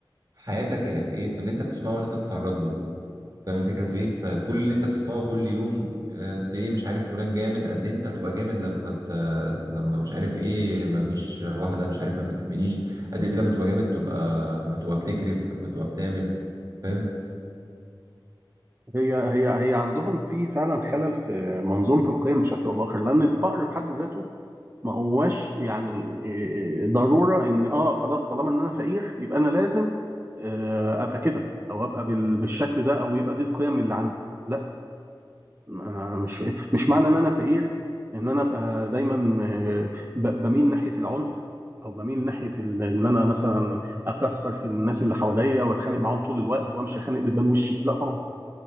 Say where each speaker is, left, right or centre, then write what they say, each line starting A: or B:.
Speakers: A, on the right; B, on the right.
A: حياتك هي في ايه في اللي انت بتسمعه واللي انت بتتعرض له فاهم الفكره في ايه فكل اللي انت بتسمعه كل يوم آه، قد ايه مش عارف فلان جامد قد ايه انت هتبقى جامد لما ت... لما مش عارف ايه ما فيش واحده مش عارف ما بتحبنيش قد ايه لما تبقى جامد تبقى ما تبقى بتكرف ما تبقى بتعمل فاهم
B: هي هي هي عندهم في فعلا خلل في منظومه القيم بشكل او باخر لان الفقر في حد ذاته ما هواش يعني إيه، ضروره ان اه خلاص طالما ان انا فقير يبقى انا لازم آه، ابقى كده او ابقى بال- بالشكل ده او يبقى دي القيم اللي عندي لا ما- مش مش معنى ان انا فقير ان انا ابقى دايما آه، ب- بميل ناحيه العنف او بميل ناحيه ال- ان انا مثلا اكسر في الناس اللي حواليا واتخانق معاهم طول الوقت وامشي اخانق دبان وشي لا طبعا